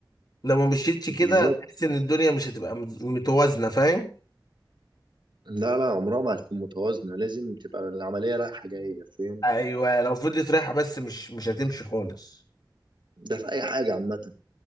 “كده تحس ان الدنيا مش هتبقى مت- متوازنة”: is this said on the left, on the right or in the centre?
Left